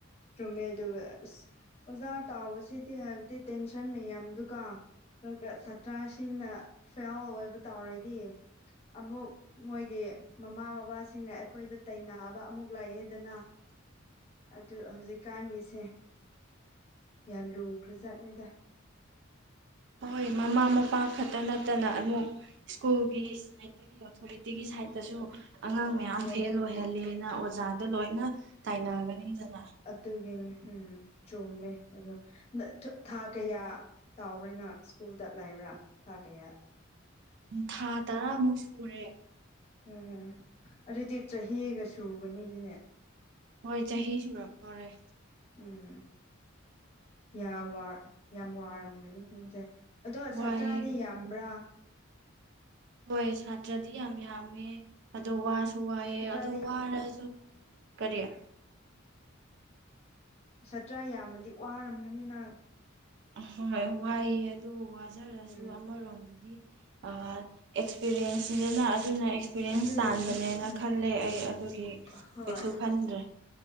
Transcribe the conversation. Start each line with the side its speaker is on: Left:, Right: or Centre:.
Left: ꯆꯨꯝꯃꯦ ꯑꯗꯨꯒ ꯑꯁ ꯑꯣꯖꯥ ꯇꯥꯎꯕꯁꯤꯗꯤ ꯍꯥꯏꯕꯗꯤ ꯇꯦꯟꯁꯟ ꯃꯌꯥꯝꯗꯨꯒ ꯗꯣꯒ ꯁꯥꯇ꯭ꯔꯁꯤꯡꯅ ꯐꯦꯜ ꯑꯣꯏꯕ ꯇꯥꯎꯔꯗꯤ ꯑꯃꯨꯛ ꯃꯣꯏꯒꯤ ꯃꯃꯥ ꯃꯕꯥꯁꯤꯡꯅ ꯑꯩꯈꯣꯏꯗ ꯇꯩꯅꯑꯕ ꯑꯃꯨꯛ ꯂꯩꯑꯦꯗꯅ ꯑꯗꯨ ꯍꯧꯖꯤꯛꯀꯥꯟꯒꯤꯁꯦ ꯌꯥꯝ ꯂꯨꯈ꯭ꯔ ꯖꯥꯠꯅꯤꯗ
Right: ꯍꯣꯏ ꯃꯃꯥ ꯃꯄꯥ ꯈꯠꯇ ꯅꯠꯇꯅ ꯑꯃꯨꯛ ꯁ꯭ꯀꯨꯜꯒꯤ ꯁꯥꯏꯠꯗ ꯏꯌꯣ ꯑꯣꯊꯣꯔꯤꯇꯤꯒꯤ ꯁꯥꯏꯠꯇꯁꯨ ꯑꯉꯥꯡ ꯃꯌꯥꯝ
Left: ꯍꯣꯏ
Right: ꯐꯦꯜ ꯑꯣꯏꯍꯜꯂꯦꯅ ꯑꯣꯖꯥꯗ ꯂꯣꯏꯅ ꯇꯥꯏꯅꯒꯅꯤꯗꯅ
Left: ꯑꯇꯨꯒꯤꯟ ꯎꯝ ꯆꯣꯝꯃꯦ ꯑꯗꯣ ꯅ ꯊ ꯊꯥ ꯀꯌꯥ ꯇꯥꯎꯕ꯭ꯔꯦꯅ ꯁ꯭ꯀꯨꯜꯗ ꯂꯥꯏꯕ꯭ꯔꯥ ꯊꯥ ꯀꯌꯥ
Right: ꯎ ꯊꯥ ꯇꯔꯥꯃꯨꯛ ꯁꯨꯔꯦ
Left: ꯎꯝ ꯑꯗꯨꯗꯤ ꯆꯍꯤꯒ ꯁꯨꯕꯅꯤꯗꯤꯅꯦ
Right: ꯍꯣꯏ ꯆꯍꯤ ꯁꯨꯔꯛꯇꯣꯔꯦ
Left: ꯎꯝ ꯌꯥꯝ ꯋꯥꯔ ꯌꯥꯝ ꯋꯥꯔꯝꯒꯅꯤ ꯃꯤꯟꯁꯦ ꯑꯗꯣ
Right: ꯋꯥꯏꯑꯦ
Left: ꯁꯥꯇ꯭ꯔꯗꯤ ꯌꯥꯝꯕ꯭ꯔꯥ
Right: ꯃꯣꯏ ꯁꯥꯇ꯭ꯔꯗꯤ ꯌꯥꯝ ꯌꯥꯝꯃꯦ ꯑꯗꯣ ꯋꯥꯁꯨ ꯋꯥꯏꯑꯦ
Left: ꯁꯥꯇ꯭ꯔꯥꯗꯤ
Right: ꯑꯗꯣ ꯋꯥꯔꯁꯨ ꯀꯔꯤꯌ
Left: ꯁꯥꯇ꯭ꯔ ꯌꯥꯝꯅꯗꯤ ꯋꯥꯔꯝꯒꯅꯤ ꯅ
Right: ꯍꯣꯏ ꯋꯥꯏꯑꯦ ꯑꯗꯨꯕꯨ ꯋꯥꯖꯔꯁꯨ
Left: ꯎꯝ
Right: ꯑꯃꯔꯣꯝꯗꯗꯤ ꯑ ꯑꯦꯛꯁꯄꯤꯔꯦꯟꯁ ꯅꯤꯗꯅ ꯑꯗꯨꯅ ꯑꯦꯛ ꯄꯤꯔꯦꯟꯁ
Left: ꯑꯗꯨꯒꯤꯅꯤ
Right: ꯇꯥꯟꯕꯅꯦꯅ
Left: ꯎꯝ
Right: ꯈꯜꯂꯦ ꯑꯩ ꯑꯗꯨꯒꯤ
Left: ꯍꯣꯏ
Right: ꯀꯩꯁꯨ ꯈꯟꯗ꯭ꯔꯦ